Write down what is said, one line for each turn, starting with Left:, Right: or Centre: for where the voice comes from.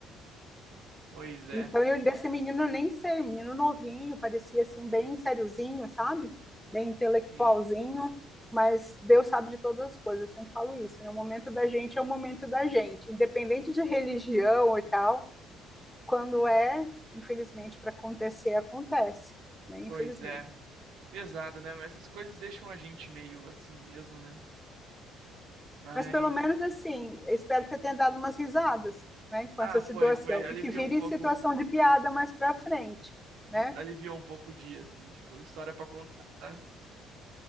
Right: Pois é.
Centre: Então, eu desse menino eu nem sei, um menino novinho, parecia assim, bem sériozinho, sabe? Bem intelectualzinho,
Right: Sim.
Centre: mas Deus sabe de todas as coisas, eu sempre falo isso, né? O momento da gente é o momento da gente, independente de religião e tal, quando é, infelizmente, para acontecer, acontece, né? Infelizmente.
Right: Pois é. Pesado, né? Mas essas coisas deixam a gente meio assim mesmo, né? Mas
Centre: Mas pelo menos assim, eu espero que você tenha dado umas risadas, né, com
Right: ah,
Centre: essa situação,
Right: foi, foi, aliviou
Centre: e que vire
Right: um pouco,
Centre: situação de piada mais para frente,
Right: vi-
Centre: né?
Right: aliviou um pouco o dia, assim, tipo, história pra contar, sabe?